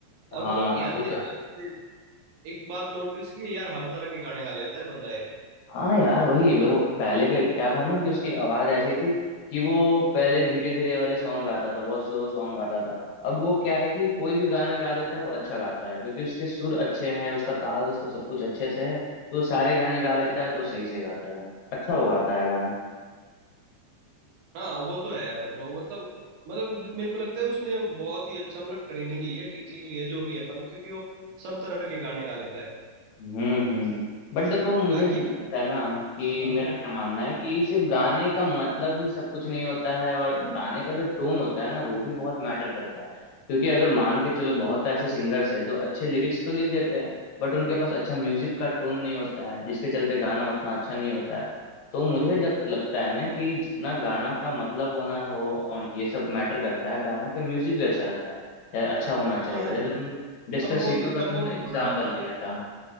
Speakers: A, on the left; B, on the right.
A: हाँ
B: और मतलब यार
A: वो
B: दे,
A: तो है
B: दे, एक बात नोटिस की है, यार हर तरह के गाने गा लेता है बंदा
A: हाँ यार वही वो पहले के क्या था ना कि उसकी आवाज ऐसी थी कि वो पहले धीरे धीरे वाले सॉन्ग गाता था बहुत स्लो सॉन्ग गाता था अब वो क्या है कि कोई भी गाना गा देता है वो अच्छा गाता है क्योंकि उसके सुर अच्छे हैं उसका ताल उसका सब कुछ अच्छे से है तो सारे गाने गा लेता है तो सही से गाता है अच्छा वो गाता है गाना
B: हाँ वो तो है ब्रो मतलब मतलब जो मेरे को लगता है उसने बहुत ही अच्छा मतलब ट्रेनिंग ली है टीचिंग ली है जो भी है मतलब क्योंकि वो सब तरह के गाने गा लेता है
A: हम्म हम्म बट देखो मुझे
B: बाकी
A: लगता है ना कि
B: हाँ
A: मेरा क्या मानना है कि सिर्फ गाने का मतलब ही सब कुछ नहीं होता है और गाने का जो टोन होता है ना वो भी बहुत मैटर करता है क्योंकि अगर मान के चलो बहुत ऐसे सिंगर्स हैं जो अच्छे लिरिक्स तो लिख देते हैं बट उनके पास अच्छा म्यूजिक का टोन नहीं होता है जिसके चलते गाना उतना अच्छा नहीं होता है तो मुझे जब लगता है ना कि जितना गाना का मतलब होना हो और ये सब मैटर करता है गाना का म्यूजिक भी अच्छा रहता है या अच्छा होना चाहिए
B: हाँ यार
A: जैसे तुमने डिस्पेसिटो
B: कंपोज
A: का
B: कंपोज
A: तुमने एग्जाम्पल
B: बोल रहे हो आप
A: दिया
B: हाँ
A: था